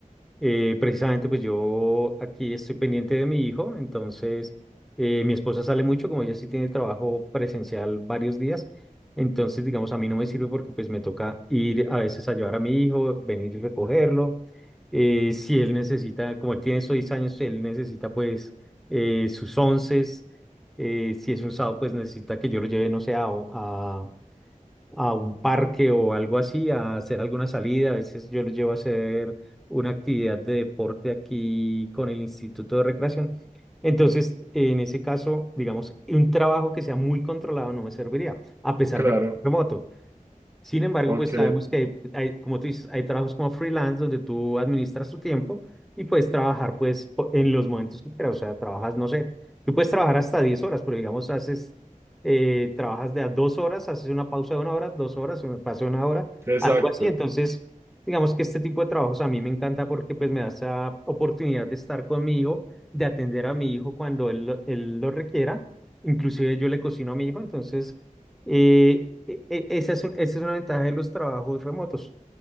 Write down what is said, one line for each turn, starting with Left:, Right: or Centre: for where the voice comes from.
Centre: Eh, precisamente, pues yo aquí estoy pendiente de mi hijo, entonces eh, mi esposa sale mucho, como ella sí tiene trabajo presencial varios días, entonces digamos a mí no me sirve porque pues me toca ir a veces a llevar a mi hijo, venir y recogerlo. Eh, si él necesita, como él tiene seis años, él necesita pues eh, sus onces, eh, si es un sábado pues necesita que yo lo lleve, no sé, a, a, a un parque o algo así, a hacer alguna salida. A veces yo los llevo a hacer una actividad de deporte aquí con el Instituto de Recreación. Entonces, en ese caso, digamos, un trabajo que sea muy controlado no me serviría, a pesar
Right: claro,
Centre: de que es remoto. Sin embargo,
Right: ok,
Centre: pues sabemos que hay, hay, como tú dices, hay trabajos como freelance donde tú administras tu tiempo y puedes trabajar pues po- en los momentos que quieras. O sea, trabajas, no sé, tú puedes trabajar hasta 10 horas, pero digamos, haces, eh, trabajas de a dos horas, haces una pausa de una hora, dos horas, una pausa de una hora,
Right: exacto.
Centre: algo así. Entonces, digamos que este tipo de trabajos a mí me encanta porque pues me da esa oportunidad de estar con mi hijo, de atender a mi hijo cuando él, lo- él lo requiera. Inclusive yo le cocino a mi hijo, entonces... Eh, e- e- esa es, un- esa es una ventaja de los trabajos remotos,